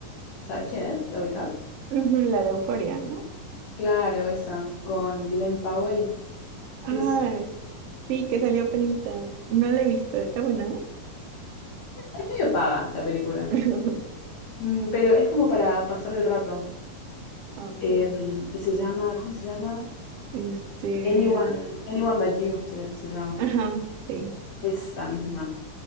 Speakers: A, on the left; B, on the right.
A: ¿sabes quién es? ¿La ubicás?
B: Ujú, La de Euforia, ¿no?
A: Claro, esa, con Glenn Powell,
B: Ah,
A: que es,
B: sí, que salió penitas. No la he visto, ¿está buena?
A: es medio pava la película.
B: <laughs>
A: Mm, pero es como para pasar el rato,
B: Ok.
A: em, que se llama, ¿cómo se llama?
B: Este.
A: Anyone, Anyone But You se, se llama,
B: Ajá, sí.
A: esa misma.